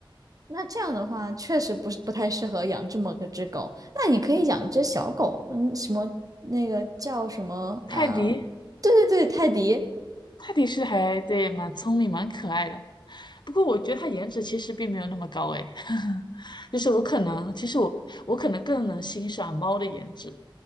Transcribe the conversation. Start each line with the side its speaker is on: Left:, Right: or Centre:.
Right: 那这样的话，确实不是不太适合养这么个只狗。那你可以养只小狗，嗯，什么那个叫什么啊？
Left: 泰迪
Right: 对对对，泰迪。
Left: 泰迪是还对蛮聪明蛮可爱的。不过我觉得它颜值其实并没有那么高诶，<laughs> 就是我可能，其实我我可能更能欣赏猫的颜值。